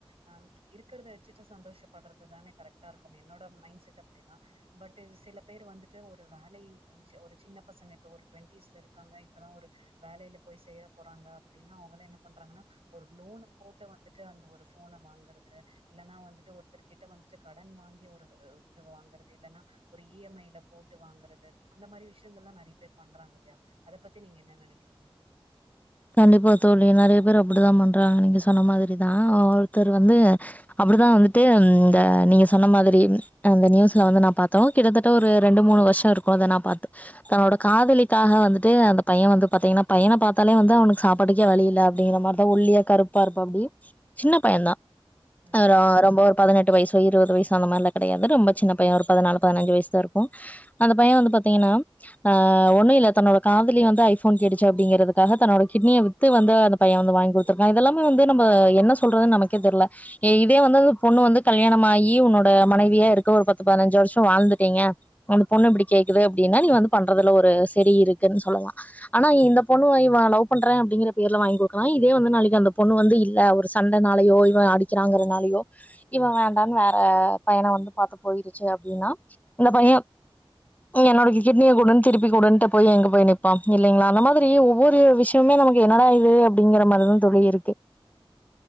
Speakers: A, on the right; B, on the left.
A: ஆ இருக்கிறத வச்சுட்டு சந்தோஷப்படுறது தானே கரெக்டா இருக்கும் என்னோட மைண்ட் செட் அப்டிதா பட் இது சில பேர் வந்துட்டு ஒரு வேலை அஞ் ஒரு சின்ன பசங்க இப்ப ஒரு டுவெண்டிஸ்ல இருக் இருக்காங்க இப்பதா ஒரு வேலையில போய் சேரப் போறாங்க அப்டின்னா அவங்கள என்ன பண்றாங்கன்னா ஒரு லோனைப் போட்டு வந்துட்டு அந்த ஒரு ஃபோனை வாங்கறது இல்லன்னா வந்துட்டு ஒருத்தர்கிட்ட வந்துட்டு கடன் வாங்கி ஒரு இத வாங்கறது இல்லன்னா ஒரு இ எம் ஐல போட்டு வாங்கறது அந்த மாரி விஷயங்கள் எல்லா நெறைய பேர் பண்றாங்க இல்லயா அதப் பத்தி நீங்க என்ன நெனைக்கிறீங்க
B: கண்டிப்பா தோழி நெறைய பேர் அப்டிதா பண்றாங்க நீங்க சொன்ன மாரிதா ஒருத்தர் வந்து அப்டிதா வந்துட்டு இந்த நீங்க சொன்ன மாதிரி அந்த நியூஸ்ல வந்து நா பாத்தோ கிட்டத்தட்ட ஒரு ரெண்டு மூணு வருஷோ இருக்கு அத நா பாத்து தன்னோட காதலிக்காக வந்துட்டு அந்த பையன் வந்து பாத்தீங்கன்னா பையனை பாத்தாலே வந் து அவனுக்கு சாப்பாட்டுக்கே வழியில்ல அப்டிங்கிற மாரிதா ஒல்லியா கருப்பா இருப்பாப்டி சின்ன பயன் தா
A: ம்
B: ஆ ரொம்ப ஒர் பதனெட்டு வயசோ இருவது வயசு அந்த மாரில கெடையாது ரொம்ப சின்ன பைய ஒரு பதனாலு பதினஞ்சு வயசுதா இருக்கு அந்த பைய வந்து பாத்தீங்கன்னா ஆ ஒண்ணு இல்ல தன்னோட காதலி வந்து ஐபோன் கேடுசசு அப்டிங்கறதுக்காக தன்னோட கிட்னியை வித்து வந்து அந்த பைய வந்து வாங்கி குடுத்துருக்கா இதெல்லாமே வந்து நம்ம என்ன சொல்றதுன்னு நமக்கே தெரில இதே வந்து அந்த பொண்ணு வந்து கல்யாணமாயி உன்னோட மனைவியா இருக்க ஒரு பத்து பதினஞ்சு வருஷோ வாழ்ந்துட்டீங்க அந்த பொண்ணு இப்டி கேக்குது அப்டின்னா நீ வந்து பண்றதுல ஒரு சரி இருக்குன்னு சொல்லலா ஆனா இந்த பொண்ணு வோய் இவ லவ் பண்றே அப்டிங்கி பேர்ல வாங்கி குடுக்கலா இதே வந்து நாளைக்கி அந்த பொண்ணு வந்து இல்ல ஒரு சண்டைனாலையோ இவ அடி வக்கிறாங்கிறதுனாலயோ இவ வேண்டான்னு வேற பையனை வந்து பாத்து போயிருச்சு அப்டின்னா இந்த பைய என்னோட கிட்னிய குடுன்னு திருப்பி குடுன்னட்டு போய் எங்க போய் நிப்பா இல்லங்களா அந்த மாதிரி ஒவ்வொரு விஷ் விஷயமே நமக்கு என்னடா இது அப்டிங்கிற மாரிதா தோழி இருக்கு